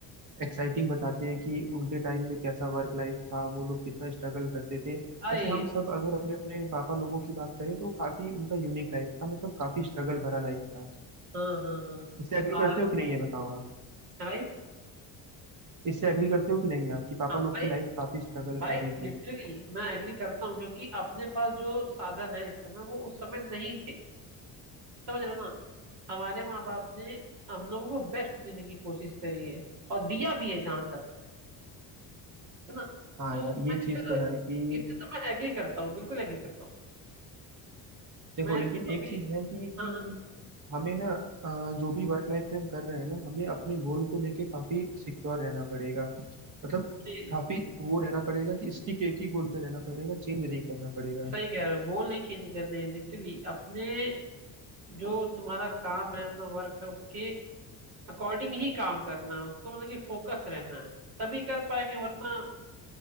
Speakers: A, on the right (about 50°); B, on the right (about 80°).
A: एक्साइटिंग बताते हैं कि उनके टाइम में कैसा वर्क लाइफ था वो लोग कितना स्ट्रगल करते थे वैसे
B: भाई
A: हम सब अगर अपने अपने पापा लोगों की बात करें तो काफी उनका यूनिक लाइफ था मतलब काफी स्ट्रगल भरा लाइफ था
B: हाँ हाँ हाँ
A: इससे एग्री करते
B: आ-
A: हो कि नहीं ये बताओ आप
B: है भाई
A: इससे एग्री करते हो कि नहीं आपकी पापा
B: हाँ
A: लोग
B: भाई
A: की लाइफ काफी स्ट्रगल
B: भाई
A: भरी थी
B: लिटरली मैं एग्री करता हूँ क्योंकि अपने पास जो साधन है इस समय वो उस समय नहीं थे समझ रहे हो ना हमारे माँ बाप ने हम लोगों को बेस्ट देने की कोशिश करी है और दिया भी है जहां तक है ना
A: हाँ
B: तो
A: यार ये
B: मैं इससे
A: चीज
B: तो
A: तो है कि
B: इससे तो मैं एग्री करता हूँ बिल्कुल एग्री करता हूँ
A: देखो
B: मैं
A: लेकिन
B: इसको कभी
A: एक चीज है कि
B: हाँ हाँ,
A: हमें ना अ, जो भी वर्क लाइफ में हम कर रहे हैं ना हमें अपने गोल को लेके काफी सिक्योर रहना पड़ेगा मतलब
B: नहीं,
A: काफी वो रहना पड़ेगा कि स्टिक एक ही गोल पे रहना पड़ेगा चेंज नहीं करना पड़ेगा
B: सही कह रहे हो गोल नहीं चेंज करने लिटरली अपने जो तुम्हारा काम है अपना वर्क है उसके अकॉर्डिंग ही काम करना है उसको मतलब कि फोकस रहना है तभी कर पाएंगे वरना